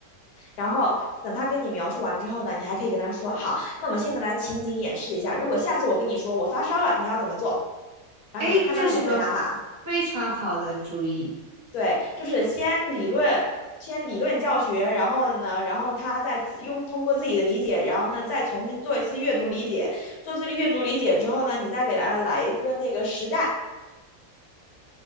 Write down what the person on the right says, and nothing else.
哎，这是个非常好的主意，